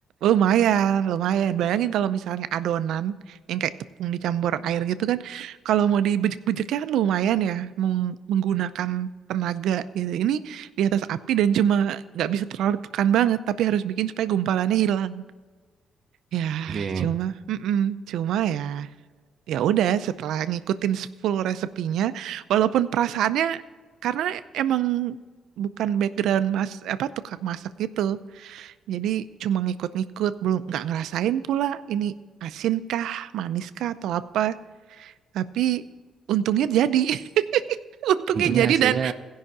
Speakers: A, on the right; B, on the right.
A: Lumayan, lumayan. Bayangin kalau misalnya adonan yang kayak tepung dicampur air gitu kan, kalau mau dibejek-bejeknya kan lumayan ya, meng- menggunakan tenaga gitu. Ini di atas api dan cuma nggak bisa terlalu tekan banget, tapi harus bikin supaya gumpalannya hilang. Ya,
B: Oke.
A: cuma, mm-mm, cuma ya, ya udah. Setelah ngikutin full resepinya, walaupun perasaannya karena emang bukan background mas apa tukang masak gitu jadi cuma ngikut-ngikut, belum nggak ngerasain pula ini asin kah, manis kah atau apa. Tapi untungnya jadi. <laughs> Untungnya
B: Untungnya
A: jadi
B: hasilnya
A: dan